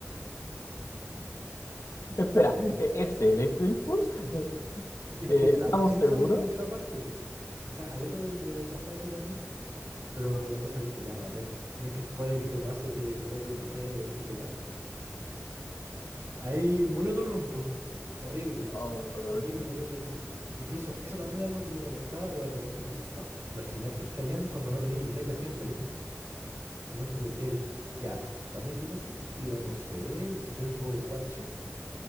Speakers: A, on the left; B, on the right.
A: Espera, e- ese, el April Fools. eh,
B: Es
A: Eh,
B: que tam-
A: ¿estamos
B: tiene
A: seguros?
B: esa dificultad aparte, po. O sea, hay otro donde pasa eso también, po. Pero la cosa dije, ya me arriesgo. No es que puede que te pase que te toque, no sé, Ipecac. Ahí muy otro rompo. Horrible.
A: Oh,
B: Horrible,
A: que-
B: horrible, horrible. Incluso eso también es algo que me molestaba, pero de repente me gustaba. Las sinergias que habían cuando no tenía idea que hacían los ítems. Según te decía, ahí, ya, también tiene sentido, no sé, si tengo quadshot,